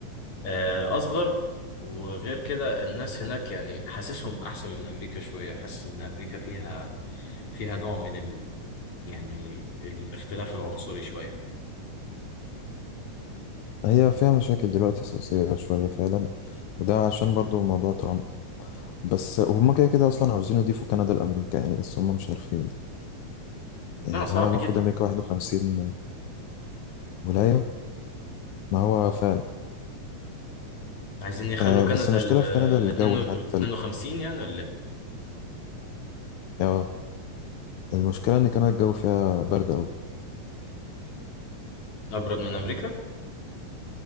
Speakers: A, on the left; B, on the left.
A: آه، اصغر وغير كده الناس هناك يعني حاسسهم احسن من امريكا شويه حاسس ان امريكا فيها فيها نوع من ال... يعني الاختلاف العنصري شويه
B: هي فيها مشاكل دلوقتي سياسية شوية فعلا وده عشان برضو موضوع ترامب بس هم كده كده اصلا عاوزين يضيفوا كندا لامريكا يعني بس هم مش عارفين يعني
A: لا صعب
B: هو المفروض
A: جدا
B: امريكا 51 ولاية ما هو فعلا
A: عايزين يخلوا
B: آه
A: كندا
B: بس المشكلة
A: ال
B: في
A: ال
B: كندا الجو هناك تلج
A: 52 يعني ولا إيه؟
B: اه المشكلة ان كندا الجو فيها برد
A: ابرد من امريكا